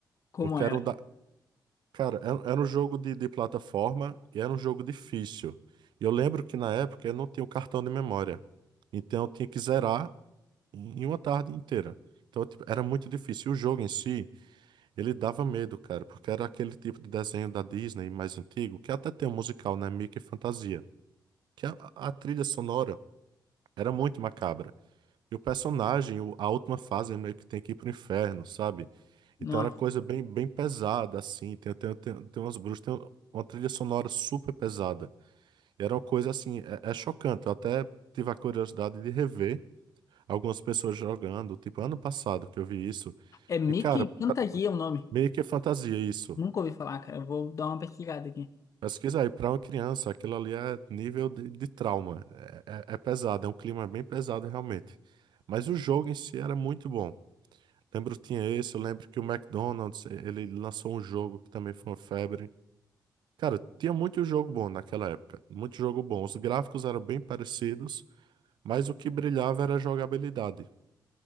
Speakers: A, on the left; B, on the right.
A: como
B: porque
A: era?
B: era um da... Cara, era, era um jogo de, de plataforma e era um jogo difícil. E eu lembro que na época eu não tinha o cartão de memória, então eu tinha que zerar em em uma tarde inteira. Então, tipo, era muito difícil. E o jogo em si, ele dava medo, cara, porque era aquele tipo de desenho da Disney mais antigo, que até tem um musical, né? Mickey Fantasia, que a a trilha sonora Era muito macabra. E o personagem, o- a última fase, ele meio que tem que ir pro inferno, sabe?
A: Nossa,
B: Então era coisa bem, bem pesada, assim. Tem, tem, tem, tem umas bruxas, tem uma trilha sonora super pesada. E era uma coisa, assim, é, é chocante. Eu até tive a curiosidade de rever algumas pessoas jogando, tipo, ano passado que eu vi isso.
A: é Mickey
B: E, cara,
A: Fantasia o nome.
B: meio que é fantasia isso.
A: Nunca ouvi falar, cara. Eu vou dar uma pesquisada aqui.
B: Pesquisa aí, pra uma criança, aquilo ali é nível de, de trauma. É, é, é pesado, é um clima bem pesado, realmente. Mas o jogo em si era muito bom. Lembro que tinha esse, eu lembro que o McDonald's, eh, ele lançou um jogo que também foi uma febre. Cara, tinha muito jogo bom naquela época, muito jogo bom. Os gráficos eram bem parecidos, mas o que brilhava era a jogabilidade.